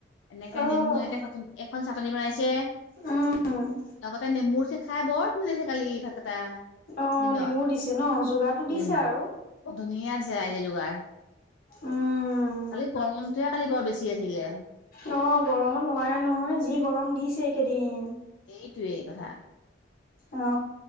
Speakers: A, on the left; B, on the left.
A: এনেকে
B: অ'
A: নেমু এনেকে চাটনি এখন চাটনি বনাইছে
B: উম।
A: লগতে নেমুৰ চে খাই বৰ ধুনীয়া লাগিছে কালি ভাগ কেটা।
B: অ'
A: দিনত,
B: নেমুও দিছে ন? যোগাৰটো দিছে আৰু।
A: ধুনীয়া দিছে ৰাইজে যোগাৰ।
B: উম,
A: খালি গৰমটোহে কালি বৰ বেছি আছিলে।
B: অ গৰমত নোৱাৰে নহয় যি গৰম দিছে এইকেইদিন।
A: এইটোৱেই কথা।
B: অ